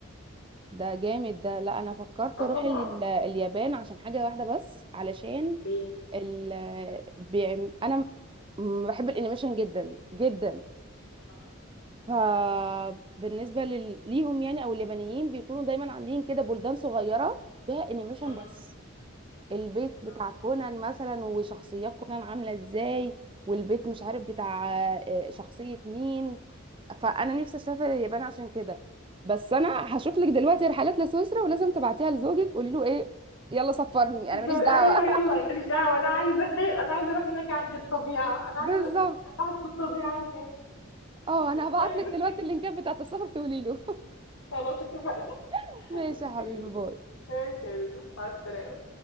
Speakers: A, on the right; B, on the left.
A: ده جامد ده لا انا فكرت
B: اه
A: اروح
B: طبعا
A: ال- اليابان عشان حاجه واحده بس علشان
B: ايه
A: ال بيعم... انا م- بحب الانيميشن جدا جدا
B: اه
A: فبالنسبه لل... ليهم يعني او اليابانيين بيكونوا دايما عاملين كده بلدان صغيره فيها انيميشن
B: مم.
A: بس البيت بتاع
B: اه
A: كونان مثلا وشخصيات كونان عاملة ازاي والبيت مش عارف بتاع آه، شخصية مين فأنا
B: مم.
A: نفسي أسافر اليابان عشان كده بس أنا هشوف لك دلوقتي رحلات لسويسرا ولازم تبعتيها لزوجك قولي له إيه يلا سفرني أنا ماليش
B: قال
A: دعوة
B: ايوه يلا
A: <laughs>
B: أنا ماليش دعوه انا عايزه <laughs> انا عايزه اروح هناك عند الطبيعه انا
A: بالظبط
B: عايزه اقعد في الطبيعه هناك
A: اه أنا هبعت
B: ايوه
A: لك دلوقتي
B: <laughs>
A: اللينكات بتاعت السفر تقولي له
B: خلاص اتفقنا
A: <laughs> ماشي
B: متفقين
A: يا حبيبي باي
B: ماشي يا لولو مع السلامه